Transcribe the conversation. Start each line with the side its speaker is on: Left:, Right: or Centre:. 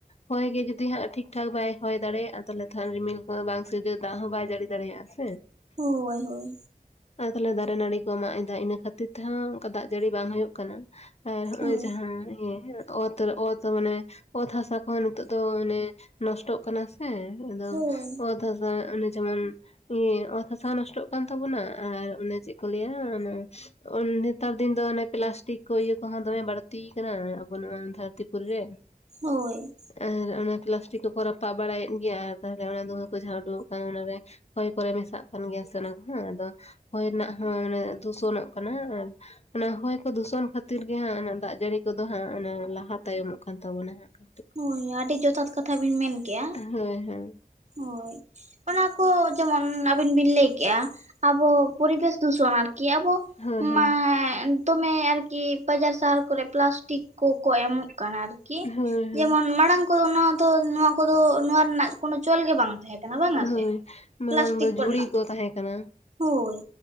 Left: ᱦᱚᱭ ᱜᱮ ᱡᱩᱫᱤ ᱦᱟᱸᱜ ᱴᱷᱤᱠ ᱴᱷᱟᱠ ᱵᱟᱭ ᱦᱚᱭ ᱫᱟᱲᱮᱭᱟᱜᱼᱟ ᱛᱟᱦᱚᱞᱮ ᱛᱚ ᱦᱟᱸᱜ ᱨᱤᱢᱤᱞ ᱠᱚ ᱵᱟᱝ ᱥᱤᱨᱡᱟᱹ ᱫᱟᱜ ᱦᱚᱸ ᱵᱟᱭ ᱡᱟᱹᱲᱤ ᱫᱟᱲᱮᱭᱟᱜᱼᱟ ᱟᱨ
Right: ᱦᱳᱭ ᱦᱳᱭ
Left: ᱛᱟᱦᱞᱮ ᱫᱟᱨᱮ ᱱᱟᱹᱲᱤ ᱠᱚ ᱢᱟᱜ ᱮᱫᱟ ᱤᱱᱟᱹ ᱠᱷᱟᱹᱛᱤᱨ ᱠᱷᱟᱹᱛᱤᱨ ᱛᱮᱦᱚᱸ ᱚᱱᱠᱟ ᱫᱟᱜ ᱡᱟᱹᱲᱤ ᱵᱟᱝ ᱦᱩᱭᱩᱜ ᱠᱟᱱᱟ ᱟᱨ ᱱᱚᱜᱼᱚᱭ
Right: ᱦᱳᱭ
Left: ᱡᱟᱦᱟᱸ ᱤᱭᱟᱹ ᱚᱛ ᱨᱮ ᱚᱛ ᱢᱟᱱᱮ ᱚᱛ ᱦᱟᱥᱟ ᱠᱚᱦᱚᱸ ᱱᱤᱛᱚᱜ ᱫᱚ ᱢᱟᱱᱮ ᱱᱚᱥᱴᱚᱜ ᱠᱟᱱᱟ ᱦᱮᱸ ᱟᱫᱚ
Right: ᱦᱳᱭ
Left: ᱚᱛ ᱦᱟᱥᱟ ᱚᱱᱮ ᱡᱮᱢᱚᱱ ᱚᱛ ᱦᱟᱥᱟ ᱦᱚᱸ ᱱᱚᱥᱴᱚᱜ ᱠᱟᱱ ᱛᱟᱵᱚᱱᱟ ᱟᱨ ᱚᱱᱮ ᱪᱮᱫ ᱠᱚ ᱞᱟᱹᱭᱟ ᱮ ᱚᱱᱮ ᱱᱮᱛᱟᱨ ᱫᱤᱱ ᱫᱚ ᱚᱱᱮ ᱯᱞᱟᱥᱴᱤᱠ ᱠᱚ ᱤᱭᱟᱹ ᱠᱚᱦᱚᱸ ᱫᱚᱢᱮ ᱵᱟᱹᱲᱛᱤ ᱠᱟᱱᱟ ᱟᱵᱚ ᱱᱚᱣᱟ ᱫᱷᱟᱹᱨᱛᱤᱯᱩᱨᱤ ᱨᱮ
Right: ᱦᱳᱭ
Left: ᱟᱨ ᱚᱱᱟ ᱯᱞᱟᱥᱴᱤᱠ ᱠᱚᱠᱚ ᱨᱟᱯᱟᱜ ᱵᱟᱲᱟᱭᱮᱫ ᱜᱮᱭᱟ ᱟᱨ ᱛᱟᱦᱞᱮ ᱚᱱᱟ ᱫᱷᱩᱸᱦᱟᱹ ᱠᱚ ᱡᱟᱦᱟᱸ ᱩᱰᱩᱠᱚᱜ ᱠᱟᱱᱟ ᱚᱱᱟ ᱨᱮ ᱦᱚᱭ ᱠᱚᱨᱮ ᱢᱮᱥᱟᱜ ᱠᱟᱱ ᱜᱮᱭᱟ ᱥᱮ ᱚᱱᱟ ᱠᱚᱦᱚᱸ ᱟᱫᱚ ᱦᱚᱭ ᱨᱮᱱᱟᱜ ᱦᱚᱸ ᱫᱩᱥᱚᱱᱚᱜ ᱠᱟᱱᱟ ᱚᱱᱟ ᱦᱚᱭ ᱠᱚ ᱫᱩᱥᱚᱱ ᱠᱷᱟᱹᱛᱤᱨ ᱜᱮ ᱦᱟᱸᱜ ᱚᱱᱟ ᱫᱟᱜ ᱡᱟᱹᱲᱤ ᱠᱚᱫᱚ ᱦᱟᱸᱜ ᱚᱱᱟ ᱞᱟᱦᱟ ᱛᱟᱭᱚᱢᱚᱜ ᱠᱟᱱ ᱛᱟᱵᱚᱱᱟ ᱦᱟᱜ ᱠᱟᱴᱤᱡ
Right: ᱦᱳᱭ ᱟᱹᱰᱤ ᱡᱚᱛᱷᱟᱛ ᱠᱟᱛᱷᱟ ᱵᱤᱱ ᱢᱮᱱ ᱠᱮᱜᱼᱟ
Left: ᱦᱳᱭ ᱦᱳᱭ
Right: ᱦᱳᱭ ᱚᱱᱟ ᱠᱚ ᱡᱮᱢᱚᱱ ᱟᱹᱵᱤᱱ ᱵᱤᱱ ᱞᱟᱹᱭ ᱠᱮᱫᱼᱟ ᱟᱵᱚ ᱯᱚᱨᱤᱵᱮᱥ ᱫᱩᱥᱚᱱ ᱟᱨᱠᱤ ᱟᱵᱚ
Left: ᱦᱳᱭ ᱦᱳᱭ
Right: ᱢᱟ ᱫᱚᱢᱮ ᱟᱨᱠᱤ ᱵᱟᱡᱟᱨ ᱥᱟᱦᱟᱨ ᱠᱚᱨᱮ ᱯᱞᱟᱥᱴᱤᱠ ᱠᱚᱠᱚ ᱮᱢᱚᱜ ᱠᱟᱱᱟ ᱟᱨᱠᱤ
Left: ᱦᱳᱭ ᱦᱳᱭ
Right: ᱡᱮᱢᱚᱱ ᱢᱟᱲᱟᱝ ᱠᱚᱫᱚ ᱱᱚᱣᱟ ᱫᱚ ᱱᱚᱣᱟ ᱠᱚᱫᱚ ᱱᱚᱣᱟ ᱨᱮᱱᱟᱜ ᱠᱳᱱᱳ ᱪᱚᱞ ᱜᱮ ᱵᱟᱝ ᱛᱟᱦᱮᱸ ᱠᱟᱱᱟ ᱵᱟᱝᱟ
Left: ᱦᱳᱭ
Right: ᱥᱮ
Left: ᱢᱟᱲᱟᱝ
Right: ᱯᱞᱟᱥᱴᱤᱠ
Left: ᱫᱚ
Right: ᱠᱚᱨᱮᱱᱟᱜ
Left: ᱡᱷᱩᱲᱤ ᱠᱚ
Right: ᱫᱚ
Left: ᱛᱟᱦᱮᱸ ᱠᱟᱱᱟ
Right: ᱦᱳᱭ